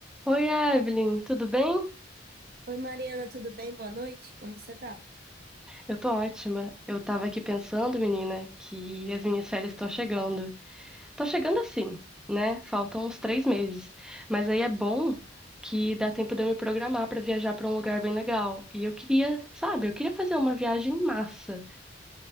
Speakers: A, in the centre; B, on the right.
A: Oi, Evelyn, tudo bem?
B: Oi Mariana, tudo bem? Boa noite. Como você tá?
A: Eu tô ótima. Eu tava aqui pensando, menina, que as minhas férias estão chegando. Estão chegando assim, né? Faltam uns três meses. Mas aí é bom que dá tempo de eu me programar pra viajar pra um lugar bem legal. E eu queria, sabe, eu queria fazer uma viagem massa.